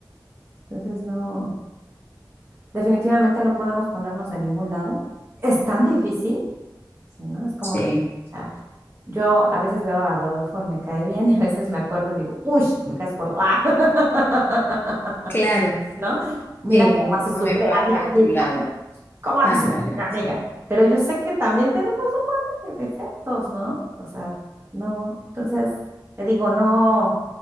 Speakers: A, on the right; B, on the left.
A: Entonces, no, definitivamente no podemos ponernos de ningún lado. Es tan difícil Sí, ¿no? Es como,
B: Sí,
A: o sea, yo a veces veo a Rodolfo y me cae bien, <laughs> y a veces me acuerdo y digo, uy, me caes gordo, ah". <laughs>
B: claro.
A: ¿no? Mira
B: Sí,
A: cómo
B: lo mismo
A: hace sufrir
B: me pasa
A: a mi amiga,
B: de tu lado.
A: ¿no? ¿Cómo hace
B: Ándale,
A: sufrir
B: así.
A: a mi amiga? Pero yo sé que también tenemos un buen de defectos, ¿no? O sea, no, entonces te digo, no,